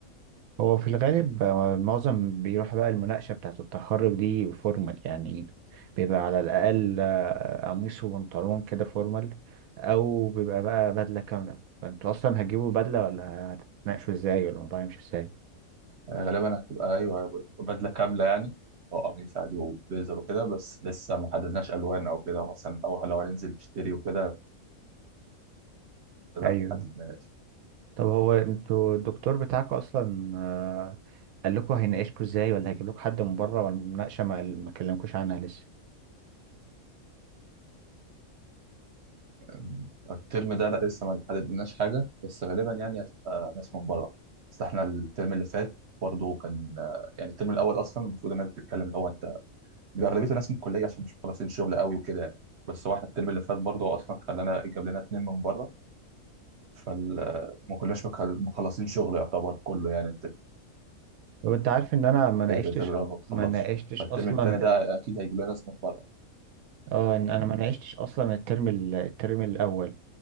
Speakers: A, on the right; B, on the right.
A: هو في الغالب آه، معظم بيروح بقى المناقشة بتاعة التخرج دي فورمال يعني بيبقى على الأقل آه، قميص وبنطلون كده فورمال أو بيبقى بقى بدلة كاملة فأنتوا أصلا هتجيبوا بدلة ولا هتتناقشوا إزاي ولا الموضوع يمشي إزاي؟
B: آه، غالبا هتبقى ايوه بدله كامله يعني وقميص عادي وبليزر وكده بس لسه ما حددناش الوان او كده مثلا او لو هننزل نشتري وكده لا
A: ايوه
B: ما حددناش
A: طب هو أنتوا الدكتور بتاعكم أصلا آه، قال لكم هيناقشكوا إزاي ولا هيجيب لكم حد من بره ولا المناقشة ما ما كلمكوش عنها لسه؟
B: آه، الترم ده لا لسه ما حددناش حاجه بس غالبا يعني هتبقى ناس من بره بس احنا الترم اللي فات برضه كان آه، يعني الترم الاول اصلا المفروض الناس بتتكلم الاول بيبقى اغلبيته ناس من الكليه عشان مش مخلصين شغل قوي وكده يعني. بس واحد الترم اللي فات برضه هو اصلا خلانا جاب لنا اتنين من بره فما كناش مخل- مخلصين شغل يعتبر كله يعني انت
A: طب أنت عارف إن أنا ما ناقشتش
B: كده كده الترم الاول ما بتخلصش
A: ما ناقشتش
B: فالترم
A: أصلا
B: التاني ده
A: ال...
B: اكيد هيجيب لنا ناس من بره
A: اه إن انا ما نعشتش اصلا الترم ال- الترم الاول